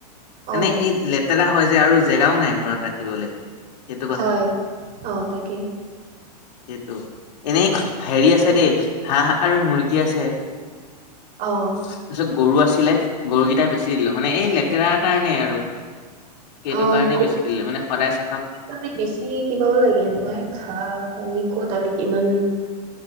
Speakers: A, on the left; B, on the right.
A: মানে
B: অ
A: এই লেতেৰা হয় যে আৰু জেগাও নাই ঘৰত ৰাখিবলৈ। সেইটো কথা
B: হয় অ' তাকেই।
A: সেইটো এনেই হেৰি আছে দেই হাঁহ আৰু মুৰ্গী আছে।
B: অ'
A: তাৰপিছত গৰু আছিলে গৰুকেইটা বেছি দিলোঁ মানে এই লেতেৰাৰ কাৰণেই আৰু সেইটো
B: অ
A: কাৰণেই বেছি দিলো মানে সদায় চফা
B: মানে বেছি কিবাও লাগে নহয় ঘাহ পানীত অ' ক'ত আৰু ইমান